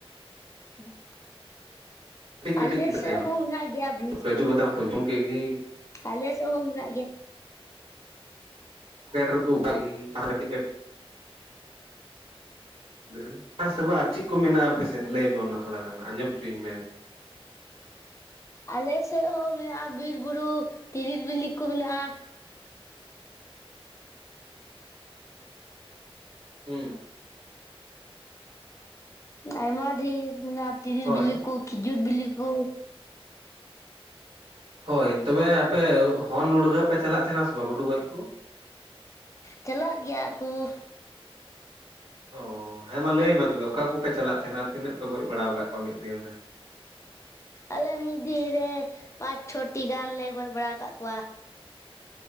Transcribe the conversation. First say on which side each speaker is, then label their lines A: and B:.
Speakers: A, on the left; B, on the right.
A: ᱦᱩᱸ <unintelligible>
B: ᱠᱟᱹᱴᱤᱡ ᱠᱟᱹᱴᱤᱡ
A: ᱟᱞᱮ
B: ᱜᱮ
A: ᱥᱮᱜ
B: ᱟᱭᱢᱟ
A: ᱦᱚᱸ ᱢᱮᱱᱟᱜ ᱜᱮᱭᱟ ᱵᱤᱨ,
B: ᱠᱟᱹᱡᱩ ᱵᱟᱫᱟᱢ ᱠᱚ ᱡᱚᱢ ᱠᱮᱫ ᱜᱮ
A: ᱟᱞᱮ ᱥᱮᱜ ᱦᱚᱸ ᱢᱮᱱᱟᱜ ᱜᱮᱭᱟ ᱾
B: ᱠᱮᱴᱨᱚ ᱯᱩᱜ <unintelligible> ᱠᱟᱱ ᱜᱤ ᱟᱨ <unintelligible> ᱠᱟᱹᱴᱤᱡ ᱜᱮᱵ ᱜᱤᱫᱽᱨᱟᱹ ᱦᱮᱸ ᱥᱮ ᱵᱟᱝ, ᱟᱨ ᱪᱮᱫ ᱠᱚ ᱢᱮᱱᱟᱜᱼᱟ ᱟᱯᱮ ᱥᱮᱫ
A: ᱦᱩᱸ
B: ᱞᱟᱹᱭ ᱢᱮ ᱚᱱᱟ ᱛᱷᱚᱲᱟ ᱜᱟᱱ ᱟᱸᱡᱚᱢ ᱦᱚᱪᱚᱧ ᱢᱮ ᱾
A: ᱟᱞᱮ ᱥᱮᱫ ᱦᱚᱸ ᱢᱮᱱᱟᱜᱼᱟ ᱵᱤᱨ ᱵᱩᱨᱩ ᱛᱤᱨᱤᱞ ᱵᱤᱞᱤ ᱠᱚ ᱢᱮᱱᱟᱜᱼᱟ ᱾
B: ᱦᱩᱸ ᱾
A: ᱟᱭᱢᱟ ᱰᱷᱤᱨ ᱢᱮᱱᱟᱜᱼᱟ ᱛᱤᱨᱤᱞ
B: ᱦᱳᱭ
A: ᱵᱤᱞᱤ ᱠᱚ, ᱠᱷᱤᱡᱩᱨ ᱵᱤᱞᱤ ᱠᱚ ᱾
B: ᱦᱳᱭ ᱛᱚᱵᱮ ᱟᱯᱮ ᱦᱚᱱ ᱱᱩᱲᱜᱟᱹ ᱯᱮ ᱪᱟᱞᱟᱜ ᱛᱟᱸᱦᱮᱱᱟ ᱥᱮ ᱵᱟᱝ ᱜᱩᱰᱩ ᱜᱚᱡ ᱠᱚ?
A: ᱪᱟᱞᱟᱜ ᱜᱮᱭᱟ ᱠᱩ ᱾
B: ᱚᱻ ᱦᱮᱸ ᱢᱟ ᱞᱟᱹᱭᱢᱮ ᱛᱚᱵᱮ ᱚᱠᱟ ᱠᱚᱯᱮ ᱪᱟᱞᱟᱜ ᱛᱟᱦᱮᱸᱱᱟ ᱟᱨ ᱛᱤᱱᱟᱹᱜ ᱯᱮ ᱜᱚᱡ ᱵᱟᱲᱟ ᱟᱠᱟᱫ ᱠᱚᱣᱟ ᱢᱤᱫ ᱫᱤᱱ ᱨᱮ?
A: ᱟᱞᱮ ᱢᱤᱫ ᱫᱤᱱ ᱨᱮ ᱯᱟᱸᱪ ᱪᱷᱚᱴᱤ ᱜᱟᱱ ᱞᱮ ᱜᱚᱡ ᱵᱟᱲᱟ ᱟᱠᱟᱫ ᱠᱚᱣᱟ ᱾